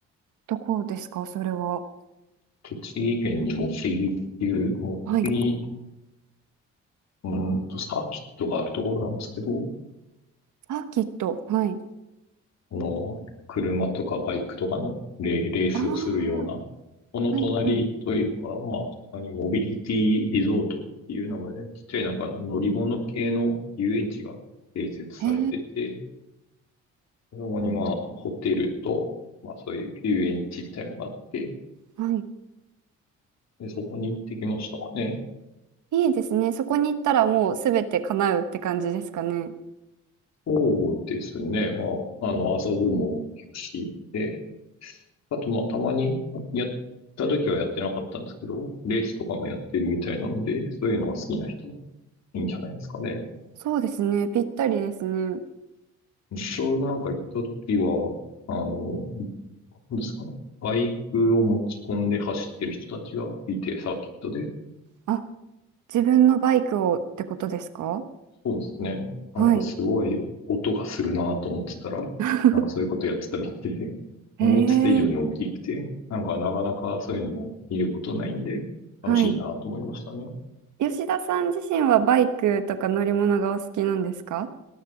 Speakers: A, on the right; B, on the left.
A: どこですか、それは。
B: 栃木県に茂木っていう、茂木、
A: はい。
B: うーんと、サーキットがあるところなんですけど、
A: あ、きっと。はい。
B: あの、車とかバイクとかのレ、レースをするような、
A: ああ、
B: この隣というか、
A: はい。うん。
B: まあ、そこにモビリティリゾートっていう名前で、ちっちゃいなんか乗り物系の遊園地が併設されてて、
A: へえ。
B: そこにまあ、ホテルと、まあそういう遊園地みたいなのがあって、
A: はい。
B: でそこに行ってきましたかね。
A: いいですね。そこに行ったらもうすべて叶うって感じですかね。
B: そうですね。まあ、あの、遊ぶも結構し、で、あと、まあ、たまにやった時はやってなかったんですけど、レースとかもやってるみたいなので、そういうのが好きな人はいいんじゃないですかね。
A: そうですね。ぴったりですね。
B: ちょうどなんか行った時は、あの、なんですかね。バイクを持ち込んで走ってる人たちがいて、サーキットで。
A: あ、自分のバイクをってことですか
B: そうですね。なんかすごい音がするなと思ってたら、
A: はい。<laughs>
B: なんかそういうことやってたみたいで、思ってた以上に大きくて、
A: へえ。
B: なんかなかなかそういうのも見ることないんで、
A: はい。
B: 楽しいなと思いましたね。
A: 吉田さん自身はバイクとか乗り物がお好きなんですか